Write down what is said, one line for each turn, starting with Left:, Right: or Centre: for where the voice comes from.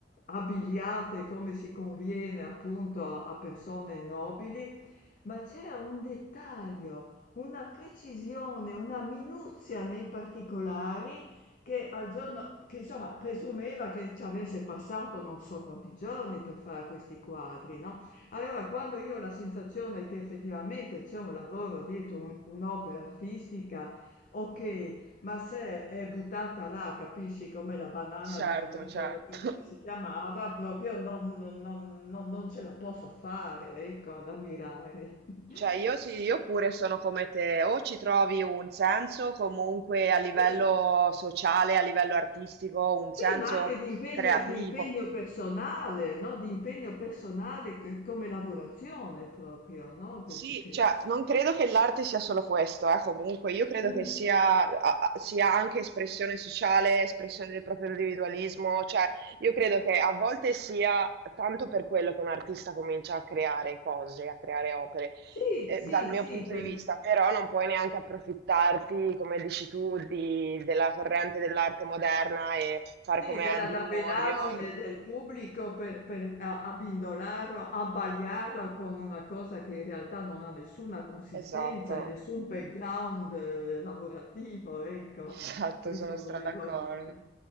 Left: abbigliate come si conviene appunto a a persone nobili, ma c'era un dettaglio, una precisione, una minuzia nei particolari che al giorno, che insomma presumeva che ci avesse passato non so quanti giorni per fare questi quadri, no? Allora, quando io ho la sensazione che effettivamente c'è un lavoro dietro un- un'opera artistica, ok, ma se è buttata là, capisci, come la banana
Right: certo,
Left: di non mi ricordo
Right: certo.
Left: più come si chiamava, proprio non, non- non- non- non ce la posso fare, ecco, ad ammirare. <laughs>
Right: Cioè io sì, io pure sono come te, o ci trovi un senso comunque a livello
Left: Sì,
Right: sociale, a livello artistico, un senso
Left: sì, ma anche di impegno,
Right: creativo.
Left: di impegno personale, no? Di impegno personale c- come lavorazione proprio, no?
Right: Sì,
Left: Che- che-
Right: cioè, non credo che l'arte sia solo questo, eh, comunque, io credo
Left: Mm.
Right: che sia, a- a- sia anche espressione sociale, espressione del proprio individualismo, cioè, io credo che a volte sia tanto per quello che un artista comincia a creare cose, a creare opere,
Left: Sì,
Right: eh,
Left: sì,
Right: dal mio
Left: sì,
Right: punto
Left: per-
Right: di vista, però non puoi neanche approfittarti, come dici tu, di- della corrente dell'arte moderna e fare
Left: Sì,
Right: come
Left: della
Right: Andy
Left: dabbenaggine
Right: Warrior.
Left: del pubblico per, per a- abbindolarlo, abbagliarlo con una cosa che in realtà non ha nessuna consistenza
Right: Esatto.
Left: e nessun background eh, lavorativo, ecco,
Right: Esatto,
Left: questo
Right: sono
Left: volevo
Right: stra d'accordo.
Left: dire.